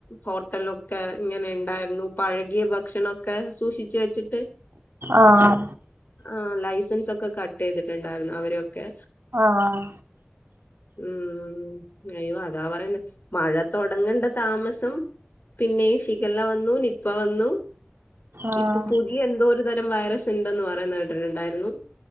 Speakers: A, on the left; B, on the right.
A: ഹോട്ടലൊക്കെ ഇങ്ങനെ ഉണ്ടായിരുന്നു പഴകിയ ഭക്ഷണൊക്കെ സൂക്ഷിച്ചു വെച്ചിട്ട്
B: ആഹ്
A: ആ ലൈസൻസ് ഒക്കെ കട്ട് ചെയ്തിട്ടുണ്ടായിരുന്നു. അവരൊക്കെ
B: ആഹ
A: <inaudible> ഉം അയ്യോ അതാ പറയണെ മഴ തുടങ്ങണ്ട താമസം പിന്നെ ഈ ഷിഗേല വന്നു, നിപ്പ വന്നു
B: ആഹ്
A: ഇപ്പൊ പുതിയ എന്തോ ഒരു തരം വൈറസ് ഉണ്ടെന്ന് പറയുന്ന കേട്ടിട്ടുണ്ടായിരുന്നു.